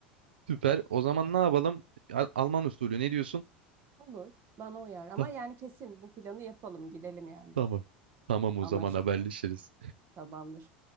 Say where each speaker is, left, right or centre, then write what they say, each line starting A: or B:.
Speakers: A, on the right; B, on the right.
A: Süper. O zaman ne yapalım? Al- Alman usulü ne diyorsun?
B: Olur. Bana uyar. Ama
A: Ta-
B: yani kesin bu planı yapalım. Gidelim yani.
A: Tamam. Tamam o
B: Anlaştık.
A: zaman haberleşiriz.
B: Tamamdır.